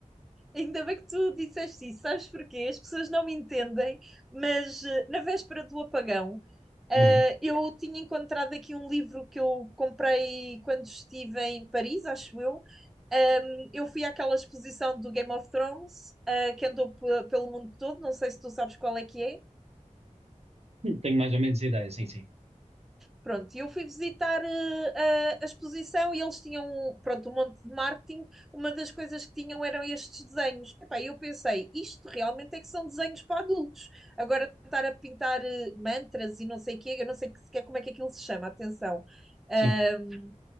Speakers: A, in the centre; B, on the right (about 55°).
A: Ainda bem que tu disseste isso, sabes porquê? As pessoas não me entendem, mas eh, na véspera do apagão, eh,
B: Uhum.
A: eu tinha encontrado aqui um livro que eu comprei quando estive em Paris, acho eu. Um, eu fui àquela exposição do Game of Thrones, eh, que andou pe- pelo mundo todo, não sei se tu sabes qual é que é.
B: Tenho mais ou menos ideia, sim, sim.
A: Pronto, e eu fui visitar eh, a, a exposição e eles tinham, pronto, um monte de marketing. Uma das coisas que tinham eram estes desenhos. Epá, e eu pensei, isto realmente é que são desenhos para adultos. Agora estar a pintar eh, mantras e não sei o quê, eu não sei que- sequer como é que aquilo se chama, atenção.
B: Sim.
A: Ah,